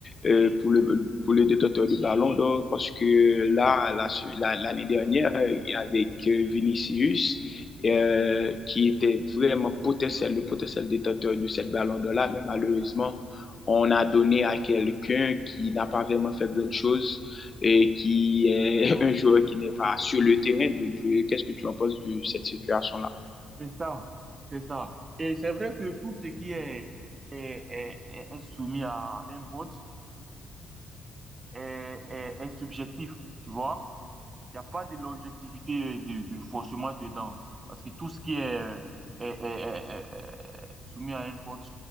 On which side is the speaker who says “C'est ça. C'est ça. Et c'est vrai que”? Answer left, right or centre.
Right